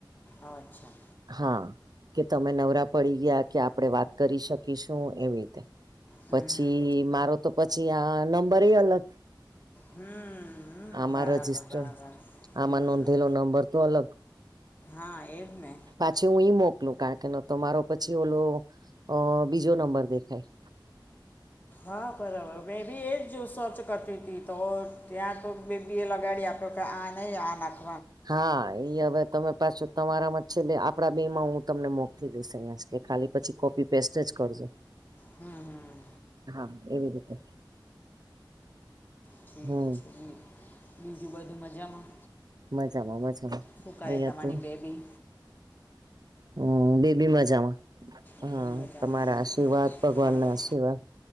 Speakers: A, on the left (about 20°); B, on the right (about 55°).
A: અચ્છા.
B: હા. કે તમે નવરા પડી ગયા કે આપણે વાત કરી શકીશું એવી રીતે.
A: હમ
B: પછી
A: હમ
B: મારો તો પછી આ નંબર એ અલગ.
A: હમ.
B: આમાં
A: બરાબર
B: રજિસ્ટર
A: બરાબર
B: આમાં
A: હમ
B: નોંધેલો નંબર તો અલગ.
A: હા એજ ને.
B: પાછી હું ઈ મોકલું કારણ કે ન તો મારો પછી ઓલો. અ બીજો નંબર દેખાય.
A: હા બરાબર મેં બી એ જ સર્ચ કરતી હતી તો ત્યાં તો બેબી એ લગાડી આપણે. આપ્યા આ ની આ ના.
B: હા ઈ હવે તમે પાછું તમારામાં છેલ્લે આપડા બે માં હું તમને મોકલી દઈશ અહીં. કે ખાલી પછી કોપી પેસ્ટ જ કરજો
A: હમ હમ
B: હા એવી રીતે.
A: ઠીક
B: હમ.
A: છે બી બીજું બધું મજામાં.
B: મજામાં મજામાં.
A: શું કરે
B: અહિયાં
A: તમારી
B: તો
A: બેબી.
B: હમ બેબી મજામાં હા
A: હું મજામાં
B: તમારા આશીર્વાદ ભગવાન
A: પણ
B: ના આશીર્વાદ.